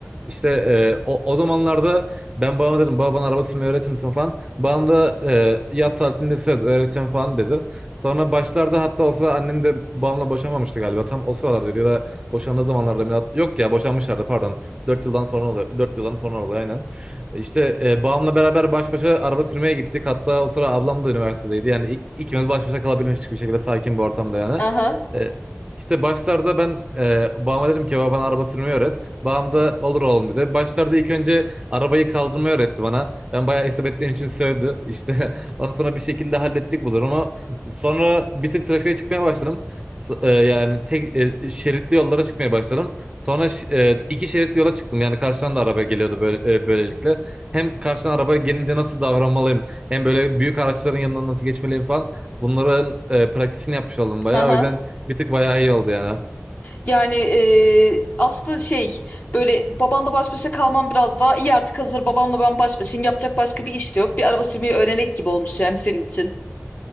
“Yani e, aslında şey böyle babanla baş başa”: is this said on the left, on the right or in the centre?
Left